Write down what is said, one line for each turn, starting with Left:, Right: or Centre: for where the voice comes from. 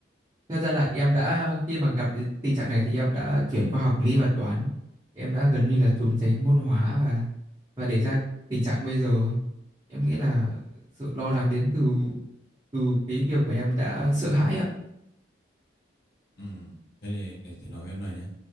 Right: thật ra là em đã khi mà gặp cái tình trạng này thì em đã chuyển qua học lý và toán em đã gần như là trốn tránh môn hóa và và để ra tình trạng bây giờ em nghĩ là sự lo lắng đến từ từ cái việc mà em đã sợ hãi ạ
Left: ừ. thế thì để thầy nói với em này nhé